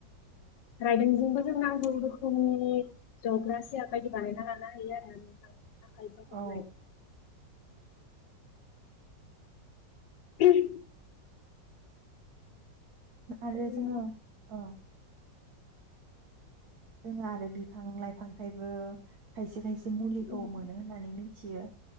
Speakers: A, on the left; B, on the right.
A: राइदोंजोंबो जोंना गोबां रोखोमनि जग्रा सियार बायदि बानायना लानो हायो आरो नोंथां आखाइजों फोरनाय
B: औ
A: उम
B: आरो
A: उम
B: जोङो औ जोङो आरो बिफां लाइफांनिफ्रायबो खायसे खायसे मुलिखौ
A: उम
B: मोनो होननानै मिथियो